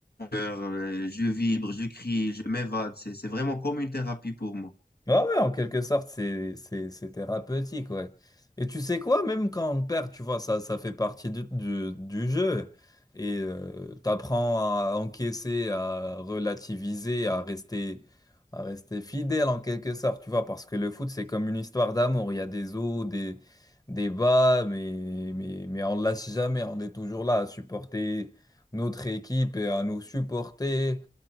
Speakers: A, on the left; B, on the left.
A: cœur. Euh, Je vibre, je crie, je m'évade. C'est, c'est vraiment comme une thérapie pour moi.
B: Ah ouais, en quelque sorte, c'est, c'est, c'est thérapeutique, ouais. Et tu sais quoi, même quand on perd, tu vois, ça, ça fait partie du, du, du jeu. Et euh, t'apprends à encaisser, à relativiser, à rester, à rester fidèle en quelque sorte, tu vois, parce que le foot, c'est comme une histoire d'amour. Il y a des hauts, des, des bas, mais, mais, mais on ne lâche jamais. On est toujours là à supporter notre équipe et à nous supporter,